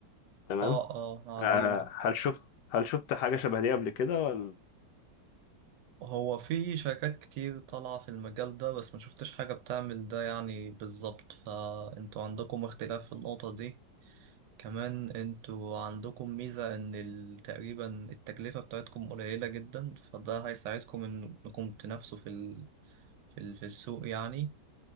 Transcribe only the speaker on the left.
تمام
آه،
هل شفت هل شفت حاجة شبه دي قبل كده ولا